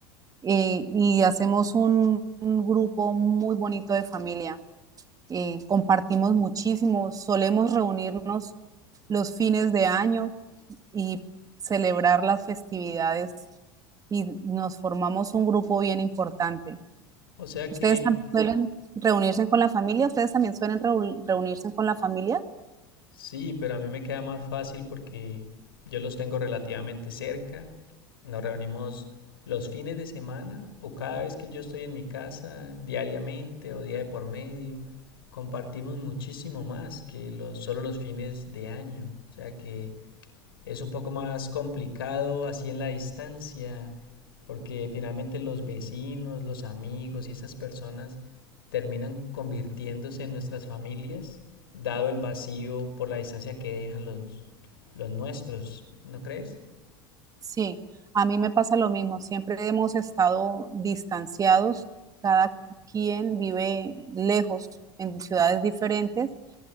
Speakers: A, on the right (about 30°); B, on the left (about 85°).
A: y, y hacemos un, un, grupo muy bonito de familia. Y compartimos muchísimo, solemos reunirnos los fines de año y celebrar las festividades y nos formamos un grupo bien importante.
B: O sea
A: ¿Ustedes
B: que
A: tam- suelen reunirse con la familia? ¿Ustedes también suelen reu- reunirse con la familia?
B: Sí, pero a mí me queda más fácil porque yo los tengo relativamente cerca. Nos reunimos los fines de semana o cada vez que yo estoy en mi casa, diariamente o día de por medio. Compartimos muchísimo más que los, solo los fines de año. O sea que es un poco más complicado así en la distancia, porque finalmente los vecinos, los amigos y esas personas terminan convirtiéndose en nuestras familias, dado el vacío por la distancia que dejan los, los nuestros, ¿no crees?
A: Sí, a mí me pasa lo mismo. Siempre hemos estado distanciados, cada quien vive lejos en ciudades diferentes